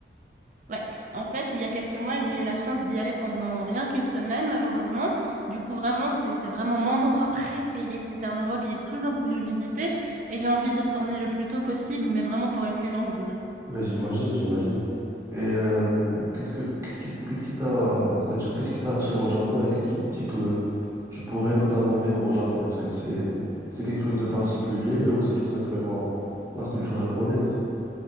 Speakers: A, on the right; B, on the right.
A: Ouais. En fait, il y a quelques mois, j'ai eu la chance d'y aller pendant rien qu'une semaine, malheureusement. Du coup, vraiment, c'est, c'est vraiment mon endroit préféré. C'était un endroit que j'ai toujours voulu visiter et j'ai envie d'y retourner le plus tôt possible, mais vraiment pour une plus longue durée.
B: Ben, j'imagine, j'imagine. Et euh, qu'est-ce que qu'est-ce qui t- qu'est-ce qui t'a c'est-à-dire qu'est-ce qui t'a attiré au Japon et qu'est-ce qui te dit que tu pourrais notamment vivre au Japon? Est-ce que c'est c'est quelque chose de particulier ou c'est tout simplement la culture japonaise?